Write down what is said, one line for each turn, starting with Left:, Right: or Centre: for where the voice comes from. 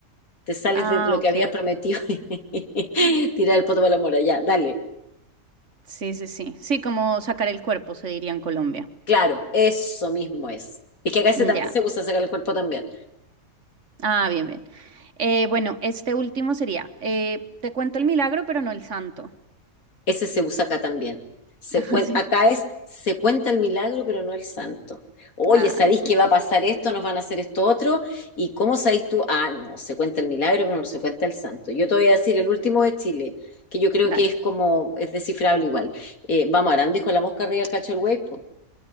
Left: te sales
Right: Ah,
Left: de lo que
Right: ok.
Left: habías prometido <laughs> y tirar el poto para las moras. Ya, dale,
Right: Sí, sí, sí. Sí, como sacar el cuerpo, se diría en Colombia.
Left: claro, eso mismo es. Es que acá se
Right: Mm,
Left: también
Right: Ya.
Left: se usa sacar el cuerpo también.
Right: Ah, bien, bien. Eh, bueno, este último sería, eh, te cuento el milagro, pero no el santo.
Left: Ese se usa acá también. Se
Right: <laughs>
Left: cuen-
Right: Así.
Left: acá es, se cuenta el milagro, pero no el santo. Oye,
Right: Ah,
Left: ¿sabéis
Right: entonces,
Left: que va a pasar esto? ¿Nos van a hacer esto otro? ¿Y cómo sabéis tú? Ah, no, se cuenta el milagro, pero no se cuenta el santo. Yo te voy a decir el último de Chile, que yo creo
Right: dale.
Left: que es como, es descifrable igual. Eh, vamos, Arán dijo la mosca arriba, el cacho el güey, po.